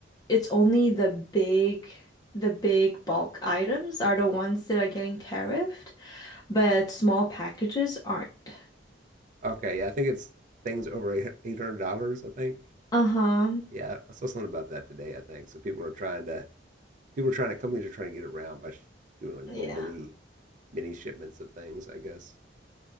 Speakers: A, on the left; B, on the right.
A: it's only the big the big bulk items are the ones that are getting tariffed, but small packages aren't.
B: Okay. Yeah, I think it's things over eight hundred dollars. I think.
A: Uh-huh.
B: Yeah, I saw something about that today. I think so. People are trying to people are trying to companies are trying to get around by sh- doing like little
A: Yeah.
B: mini mini shipments of things. I guess.